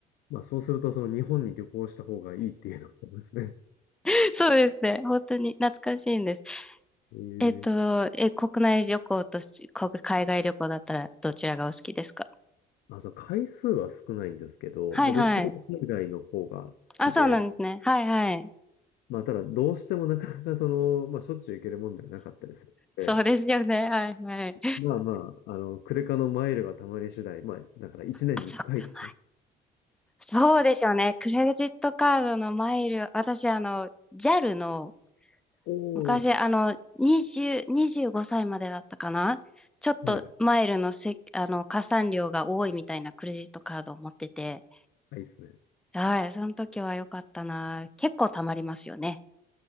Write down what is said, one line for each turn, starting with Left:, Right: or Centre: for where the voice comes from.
Left: まあそうするとその日本に旅行した方がいいっていうのがありますね。
Centre: <laughs> そうですね、本当に懐かしいんです。
Left: <laughs> ええ。
Centre: えっと、え、国内旅行とし国海外旅行だったらどちらがお好きですか
Left: あ、そう、回数は少ないんですけど、
Centre: はいはい。
Left: まあどっちかというと海外の方が好きで、
Centre: あ、そうなんですね。はいはい。
Left: まあ、ただ、どうしてもなかなかその、まあ、しょっちゅう行けるもんではなかったりするので、
Centre: そうですよね。はいはい。
Left: まあまあ、あの、クレカのマイルがたまり次第、まあ、だから1年に1回とか。
Centre: あ、そっか。まあそうでしょうね。クレジットカードのマイル、私、あの、JAL の、
Left: おお。
Centre: 昔、あの、20、25歳までだったかな。ちょっとマイルのせ、
Left: はい。
Centre: あの、加算量が多いみたいなクレジットカードを持ってて、
Left: あいいっすね。
Centre: はい、その時は良かったな。結構貯まりますよね。